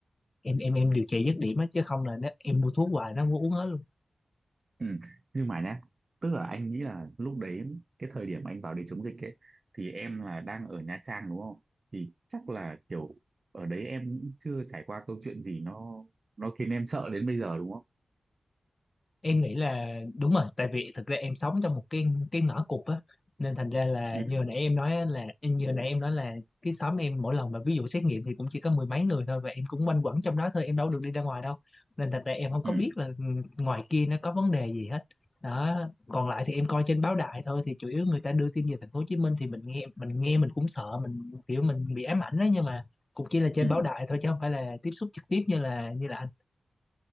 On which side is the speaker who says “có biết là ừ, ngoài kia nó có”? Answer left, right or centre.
Left